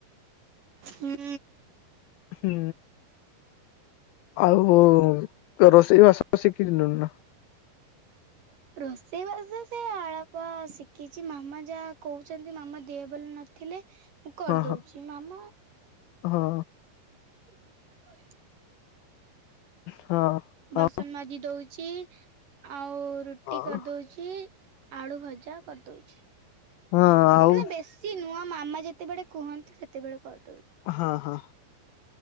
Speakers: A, on the right (about 55°); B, on the left (about 85°).
A: ହୁଁ।
B: ହୁଁ। ଆଉ ରୋଷେଇ ବାସ ଶିଖିିନୁନ ନା?
A: ରୋଷେଇବାସ ସେ ଅଳପ ଶିଖିଛି ମାମା ଯାହା କହୁଛନ୍ତି ମାମା ଦେହ ବୋଲି ନ ଥିଲେ ମୁଁ କରିଦଉଛି
B: ହଁ
A: ମାମା
B: ହଁ।
A: <unintelligible>
B: ହଁ ହଁ
A: ବାସନ ମାଜି ଦଉଛି ଆଉ ରୁଟି
B: ଆଉ
A: କରିଦଉଛି। ଆଳୁ ଭଜା କରିଦଉଛି।
B: ହଁ ଆଉ
A: ମାନେ ବେଶୀ ନୁହଁ ମାମା ଯେତେବେଳେ କୁହନ୍ତି ସେତେବେଳେ କର।
B: ହଁ ହଁ